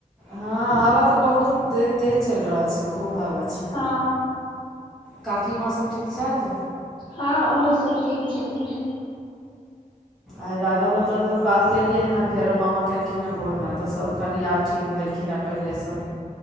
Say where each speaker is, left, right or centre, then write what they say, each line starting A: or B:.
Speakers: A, in the centre; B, on the left (about 35°).
A: हाँ हवा तऽ बहुत दे तेज चलि रहल छै खूब हवा छै
B: हँ
A: काकी माँ सभ ठीक छैथ
B: हँ ओहो सभ ठीक छथिन
A: आइ राघव तऽ तऽ बात केलियै ने फेरो मामा केलखिन हँ भोर में तऽ सभ कनि आब ठीक भेल केना पहिले सँ